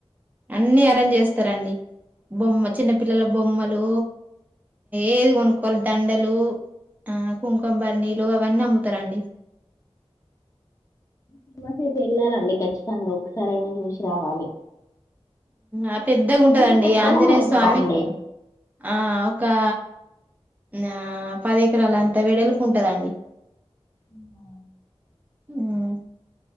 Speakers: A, on the right; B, on the left.
A: అన్ని అరేంజ్ చేస్తారండి బొమ్మ చిన్న పిల్లల బొమ్మలు ఏది కొనుక్కోవాలి దండలు ఆ కుంకుమబరినీలు అవన్నీ అమ్ముతారండి
B: ఫేమస్ అయితే ఎళ్ళాలండి ఖచ్చితంగా ఒకసారి అయినా చూసి రావాలి
A: ఆ పెద్దగా ఉంటదండి
B: గుడి పెద్దగానే
A: ఇగ ఆంజనేయ
B: ఉంటదా
A: స్వామి
B: అండి
A: ఆ ఒకా ఆ పదెకరాలు అంతా వెడల్పు ఉంటదండి
B: అవునా
A: హుమ్